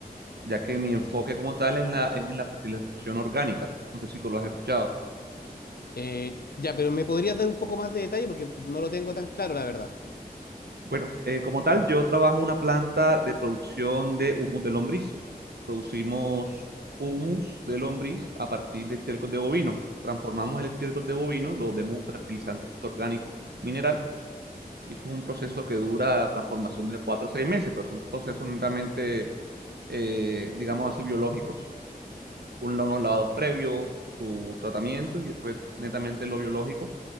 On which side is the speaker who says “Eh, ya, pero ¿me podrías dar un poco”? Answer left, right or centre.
Left